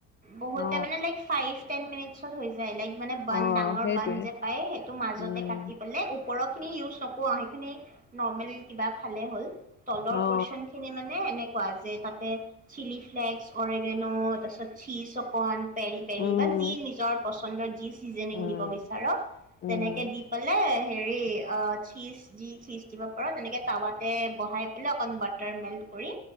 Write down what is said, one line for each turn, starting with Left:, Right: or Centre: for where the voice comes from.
Right: বহুত
Left: অ
Right: টাইম মানে, লাইক ফাইভ, টেন মিনিটচত হৈ যায় লাইক। মানে বান,
Left: অ
Right: ডাঙৰ
Left: সেইটোৱে
Right: বান যে পায়, সেইটো মাজতে
Left: উম
Right: কাটি পেলাই, ওপৰৰ খিনি ইউজ নক ৰোঁ আও। সেইখিনি, নৰ্মেল কিবা খালে হ'ল। তলৰ
Left: অ
Right: পৰ্চন খিনি মানে, এনেকুৱা যে, তাতে চিলি ফ্লেক্স, অৰিগেনো, তাৰপিছত চিজ অকন, পেৰি-পেৰি
Left: উম
Right: বা যি নিজৰ পচন্দৰ যি চিজেনিং
Left: উম
Right: দিব বিচাৰ,
Left: উম
Right: তেনেকে দি পেলাই সেৰি, অ' চিজ যি, চিজ দিব পাৰোঁ, তেনেকে টাৱাতে বহাই এনে অকন বাটাৰ মেল্ট কৰি,